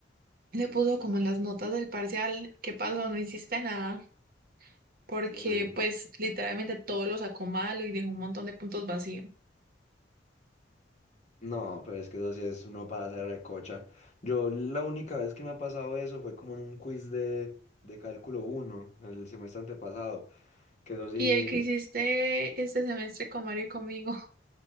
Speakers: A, on the right (about 55°); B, on the left (about 40°).
A: le puso como en las notas del parcial, ¿qué pasó? No hiciste nada. Porque
B: es en serio.
A: pues literalmente todo lo sacó malo y dejó un montón de puntos vacíos.
B: No, pero es que eso sí es uno para hacer recocha. Yo la única vez que me ha pasado eso fue como en un quiz de, de cálculo uno el semestre antepasado, que eso sí,
A: Y el que hiciste este semestre con Mario y conmigo, <laughs>